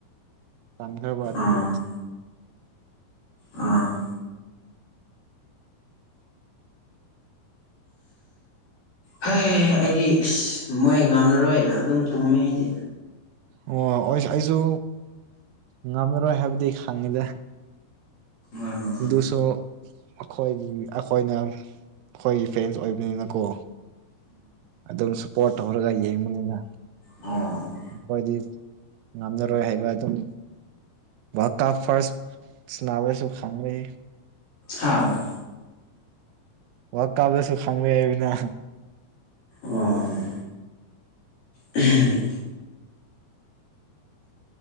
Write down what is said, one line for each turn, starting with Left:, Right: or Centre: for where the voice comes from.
Right: ꯇꯟꯈ꯭ꯔꯕ ꯑꯗꯨꯒꯤ
Left: ꯑꯥ ꯑꯥ ꯍ ꯑꯩꯗꯤ ꯑꯁ ꯃꯣꯏ ꯉꯝꯂꯔꯣꯏꯅ ꯑꯗꯨꯝ ꯇꯨꯝꯃꯦ ꯑꯩꯗꯤ
Right: ꯑꯣ ꯑꯩ ꯑꯩꯁꯨ ꯉꯝꯃꯔꯣꯏ ꯍꯥꯏꯕꯗꯤ ꯈꯪꯉꯤꯗ
Left: ꯎꯝ
Right: ꯗꯨꯁꯨ ꯑꯩꯈꯣꯏꯒꯤ ꯑꯩꯈꯣꯏꯅ ꯑꯩꯈꯣꯏꯒꯤ ꯐ꯭ꯔꯦꯟꯁ ꯑꯣꯏꯕꯅꯤꯅꯀꯣ ꯑꯗꯨꯝ ꯁꯞꯄꯣꯔꯠ ꯇꯧꯔꯒ ꯌꯦꯡꯕꯅꯤꯅ
Left: ꯎꯝ
Right: ꯃꯈꯣꯏꯗꯤ ꯉꯝꯅꯔꯣꯏ ꯍꯥꯏꯕ ꯑꯗꯨꯝ ꯋꯥ ꯀ ꯐꯥꯔꯁ ꯁꯅꯥꯕꯦꯁꯨ ꯈꯪꯂꯦ
Left: ꯍꯥꯥ
Right: ꯋꯥ ꯀꯥꯞꯗꯁꯨ ꯈꯪꯂꯦ ꯍꯥꯏꯕꯅ
Left: ꯑꯣ ꯎꯝ